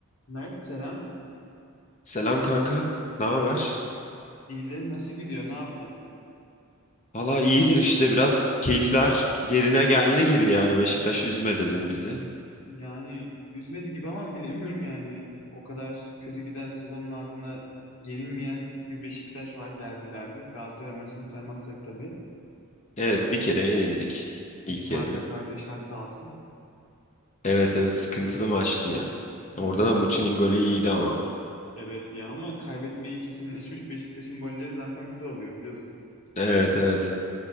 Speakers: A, on the left; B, on the left.
A: Mert selam.
B: Selam kanka. Ne haber?
A: İyidir nasıl gidiyor ne yaptın?
B: Valla iyidir işte biraz keyifler yerine geldi gibi yani Beşiktaş üzmedi dün bizi.
A: Yani üzmedi gibi ama bilemiyorum yani. O kadar kötü giden sezonun ardına yenilmeyen bir Beşiktaş var derbilerde. Galatasaray maçını saymazsak tabii.
B: Evet bir kere yenildik
A: Hakem
B: ilk yarı.
A: Arda kardeşler sağ olsun.
B: Evet evet sıkıntılı maçtı ya. Orada
A: Dün
B: da Muçi'nin golü iyiydi ama.
A: evet ya ama kaybetmeyi kesinleşmiş Beşiktaş'ın golleri zaten güzel oluyor biliyorsun.
B: Evet evet